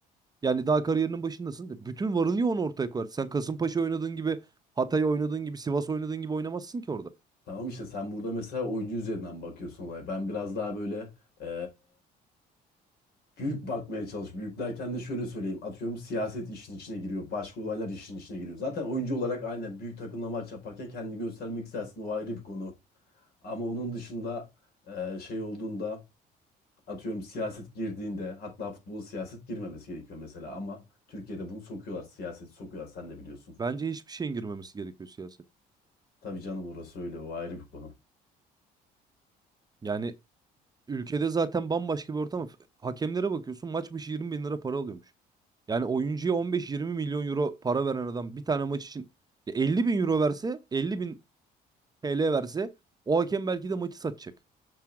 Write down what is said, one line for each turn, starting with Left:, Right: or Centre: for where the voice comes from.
Right: Yani daha kariyerinin başındasın. De. Bütün varını yoğunu ortaya koyarsın. Sen Kasımpaşa oynadığın gibi, Hatay oynadığın gibi, Sivas oynadığın gibi oynamazsın ki orada.
Left: Tamam işte sen burada mesela oyuncu üzerinden bakıyorsun olaya. Ben biraz daha böyle e, büyük bakmaya çalış. Büyük derken de şöyle söyleyeyim. Atıyorum siyaset işin içine giriyor. Başka olaylar işin içine giriyor. Zaten oyuncu olarak aynen büyük takımla maç yaparken kendini göstermek istersin. O ayrı bir konu. Ama onun dışında e, şey olduğunda atıyorum siyaset girdiğinde hatta futbola siyaset girmemesi gerekiyor mesela. Ama Türkiye'de bunu sokuyorlar. Siyaseti sokuyorlar. Sen de biliyorsun.
Right: Bence hiçbir şeyin girmemesi gerekiyor siyaset.
Left: Tabii canım orası öyle. O ayrı bir konu.
Right: Yani ülkede zaten bambaşka bir ortam. Hakemlere bakıyorsun maç başı 20 bin lira para alıyormuş. Yani oyuncuya 15-20 milyon euro para veren adam bir tane maç için ya 50 bin euro verse, 50 bin TL verse o hakem belki de maçı satacak.